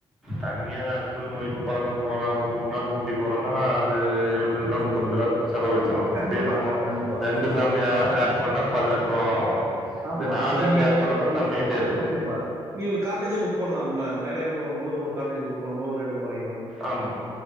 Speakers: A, in the centre; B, on the right.
A: தன்னியா ஹஸ்பண்ட் ஒய்ஃப் கொழந்த போற மூணு நாள் ஊட்டி போறன்னா அது இருவத்தஞ்சு ரூவா முப்பத்தஞ்சு ரூவா செலவு வச்சிரோ
B: கண்டிப்பா,
A: இதே நம்ம
B: கண்டிப்பா.
A: ரெண்டு ஃபேமிலியா ஆட் பண்ணா பதினெட்டு ரூவா ஆவு
B: ஆமா.
A: இந்த நாலு
B: இப்ப
A: அஞ்சு
B: நீங்க
A: ஆட் பண்ண போது கம்மி ஆய்ட்டே இருக்கு
B: கண்டிப்பா. நீ ஒரு கார்டேஜே புக் பண்லாம்ல நெறைய பேர் வரும்போது ஒரு கார்டேஜ் புக் பண்ணுபோது ரென்டு குறையு
A: ஆமா